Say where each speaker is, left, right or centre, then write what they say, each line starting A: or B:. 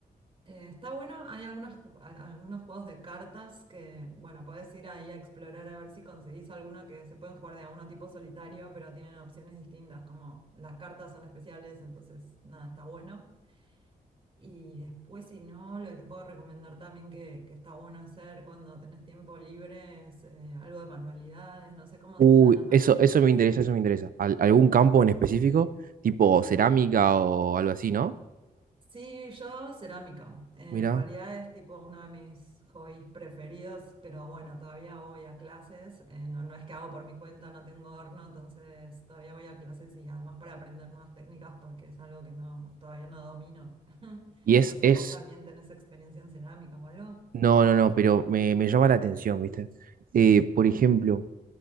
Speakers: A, on the right (about 35°); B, on the right (about 65°).
A: Eh, está bueno, hay algunos, ju- al- algunos juegos de cartas que, bueno, podés ir ahí a explorar a ver si conseguís alguno que se pueden jugar de a uno tipo solitario, pero tienen opciones distintas, como las cartas son especiales, entonces nada, está bueno. Y después, si no, lo que te puedo recomendar también que, que está bueno hacer cuando tenés tiempo libre es eh, algo de manualidades, no sé cómo
B: Uy,
A: se te dan las manualidades.
B: eso, eso me interesa, eso me interesa. Al- ¿algún campo en específico? Tipo cerámica o algo así, ¿no?
A: Sí, yo cerámica. En
B: Mira.
A: realidad es tipo uno de mis hobbies preferidos, pero bueno, todavía voy a clases. Eh, no, no es que hago por mi cuenta, no tengo horno, entonces todavía voy a clases y además para aprender nuevas técnicas porque es algo que no, todavía no domino. <laughs>
B: Y es,
A: No sé,
B: es,
A: ¿vos también tenés experiencia en cerámica o algo?
B: No, no, no, pero me, me llama la atención, ¿viste? Eh, por ejemplo,